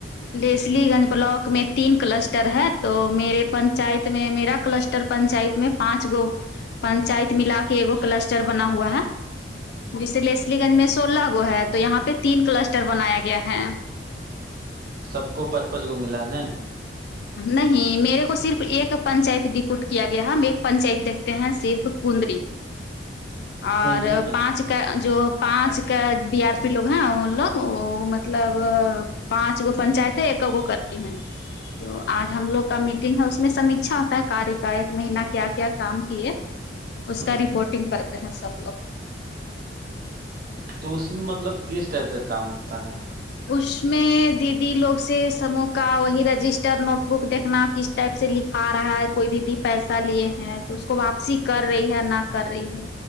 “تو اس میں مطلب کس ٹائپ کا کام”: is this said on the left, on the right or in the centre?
Right